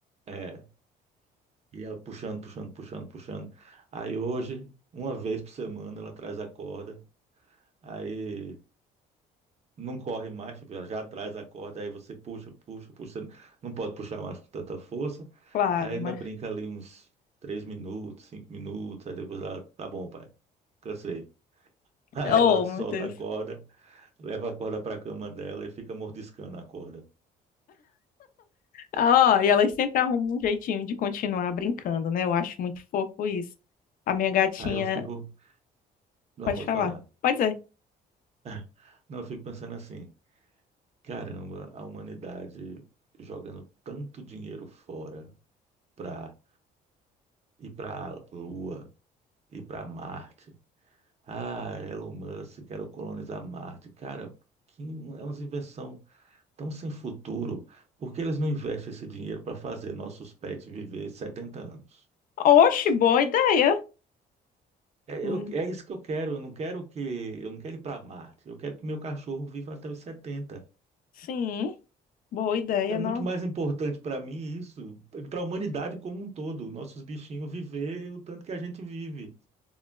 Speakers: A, on the right; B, on the left.
A: é, ia puxando, puxando, puxando, puxando. Aí hoje, uma vez por semana, ela traz a corda. Aí. não corre mais, tipo, ela já atrás a corda, aí você puxa, puxa, puxa, não pode puxar mais com tanta força.
B: claro,
A: Aí ainda
B: mas.
A: brinca ali uns três minutos, cinco minutos, aí depois ela, tá bom, pai, cansei. <laughs> Aí
B: Oh,
A: ela solta
B: meu Deus.
A: a corda, leva a corda pra cama dela e fica mordiscando a corda.
B: Ah, e elas sempre arrumam um jeitinho de continuar brincando, né? Eu acho muito fofo isso. A minha gatinha
A: Aí eu fico, não,
B: pode
A: posso
B: falar.
A: falar.
B: Pode dizer.
A: <laughs> Não, eu fico pensando assim, caramba, a humanidade jogando tanto dinheiro fora pra ir pra Lua, ir pra Marte Ah, Elon Musk, quero colonizar Marte. Cara, que in- é uma invenção tão sem futuro. Por que eles não investem esse dinheiro para fazer nossos pets viver 70 anos?
B: Oxe, boa ideia.
A: É,
B: Hum,
A: eu- é isso que eu quero. Eu não quero que eu não quero ir para Marte. Eu quero que meu cachorro viva até os 70.
B: sim, boa ideia,
A: É muito
B: não.
A: mais importante para mim isso, para a humanidade como um todo, nossos bichinhos viver o tanto que a gente vive.